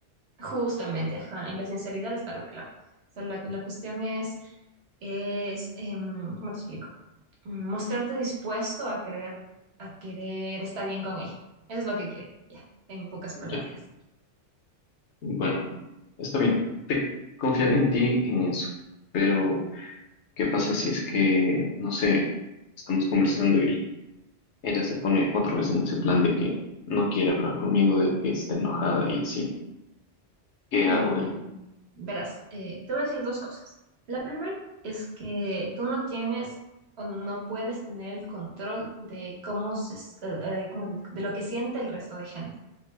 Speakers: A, on the right (about 65°); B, on the left (about 75°).
A: Justamente, ajá, en la sinceridad está la clave. O sea, la, la cuestión es, es em, ¿cómo te explico? Mm, Mostrarte dispuesto a querer, a querer estar bien con ella. Eso es lo que quiere, ya, en pocas
B: Ya.
A: palabras.
B: Bueno, está bien. Te confiaré en ti en eso. Pero, ¿qué pasa si es que, no sé, estamos conversando Ella se pone otra vez en ese plan de que no quiere hablar conmigo, de que está enojada y así. ¿Qué
A: Mm,
B: hago ahí?
A: verás, eh, te voy a decir dos cosas. La primera es que tú no tienes o no puedes tener el control de cómo se, s- eh, eh, como de, de lo que siente el resto de gente,